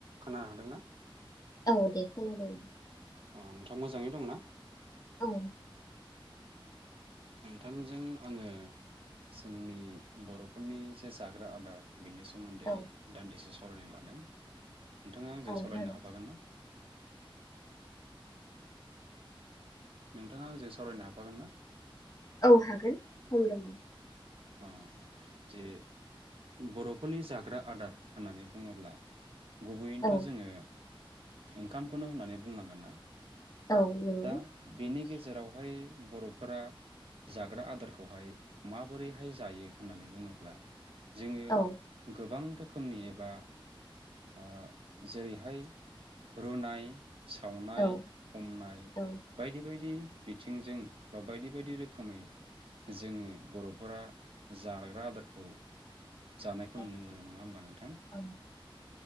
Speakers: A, on the right; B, on the left.
A: खोना हादोंना?
B: औ दे खोनादों।
A: अ नोंथाङा मोजाङै दंना?
B: औ
A: नोंथांजों आङो जोंनि बर'फोरनि जे जाग्रा आदार बिनि सोमोन्दै
B: औ
A: दान्दिसे सम सावरायनाय लादों। नोंथाङा आंजों
B: औ
A: सावालरायनो
B: जागोन
A: हाफागोन ना? नोंथाङा आंजों सावरायनो हाबफागोन ना?
B: औ हागोन सम दङ'।
A: ओ जे बर'फोरनि जाग्रा आदार होननानै बुङोब्ला गुबैयैनोथ'
B: औ
A: जोङो ओंखामखौनो होननानै बुंनांगोन ना
B: औ नंगौ
A: दा बेनि गेजे जेरावहाय बर'फोरा जाग्रा आदारखौहाय मा माबोरैहाय जायो होननानै बुङोब्ला जोङो
B: औ
A: गोबां रोखोमनि एबा ओ जेरैहाय रुनाय सावनाय
B: औ
A: हमनाय
B: औ
A: बायदि बायदि। बिथिंजों बा बायदि बायदि रोखोमै। जोङो बरफ जाग्रा आदारखौ। जानायखौ
B: दे
A: नुनो मोनो नङा होमबा नोंथां।
B: औ